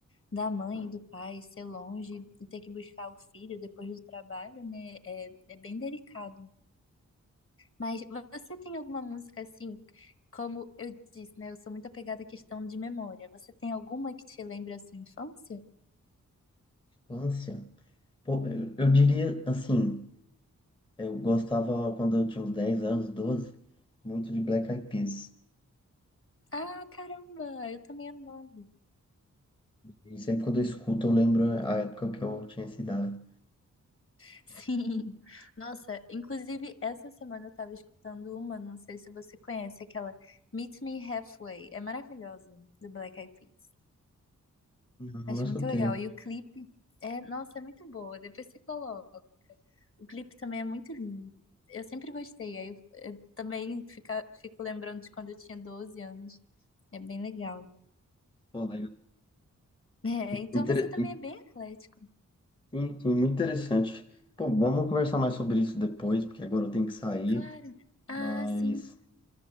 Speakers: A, on the left; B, on the left.
A: da mãe, e do pai, ser longe e ter que buscar o filho depois do trabalho, né? É, é bem delicado. Mas você tem alguma música assim, como eu disse, né? Eu sou muito apegada à questão de memória. Você tem alguma que te lembra a sua infância?
B: Infância? Pô, eu, eu diria, assim, eu gostava quando eu tinha uns 10 anos, doze muito de Black Eyed Peas.
A: Ah, caramba, eu também amava.
B: E sempre quando eu escuto, eu lembro a época que eu tinha essa idade.
A: <laughs> Sim. Nossa, inclusive essa semana eu tava escutando uma, não sei se você conhece, aquela Meet Me Halfway. É maravilhosa, do Black Eyed Peas.
B: Não,
A: Acho
B: não escutei.
A: muito legal. E o clipe é, nossa, é muito boa. Depois você coloca. O clipe também é muito lindo. Eu sempre gostei. Aí eu, eu também fica, fico lembrando de quando eu tinha 12 anos. É bem legal.
B: Pô, legal.
A: É, então
B: Inter...
A: você também
B: in-
A: é bem eclético.
B: in- Muito interessante. Pô, vamos conversar mais sobre isso depois, porque agora eu tenho que sair.
A: Claro. Ah,
B: Mas
A: sim.